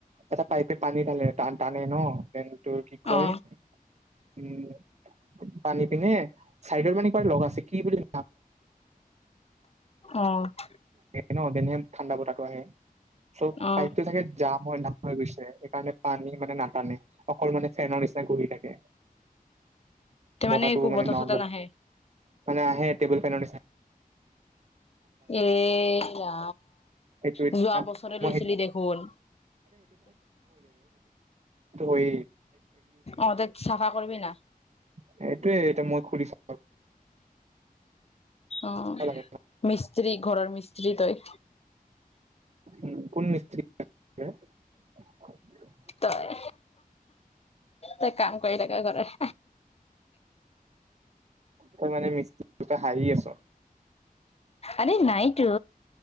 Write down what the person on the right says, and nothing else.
এটা পাইপে পানী তালে টান তানে ন' দেন, তোৰ কি কয়?
উম, পানী পিনে চাইডৰ, মানে কিবা লক আছে কি বুলি <unintelligible> <inaudible>
ন', <unintelligible> ঠাণ্ডা বতাহটো আহে চব
পাইপটো চাগে জাম হয়, নাম হৈ গৈছে সেইকাৰণে পান মানে, নাটানে অকল মানে ফেনৰ নিচিনা ঘৰি থাকে
বতাহটো
মানে
ন
মানে আহে টেবুল ফেনৰ নিচ
সেইটো এতিয়া
মই
সেই
ধই
সেইটোয়ে এতিয়া মই খুুলিছো
লাগিব
উ, কোন? <unintelligible>
তই মান মিক <unintelligible> হাহী আছো।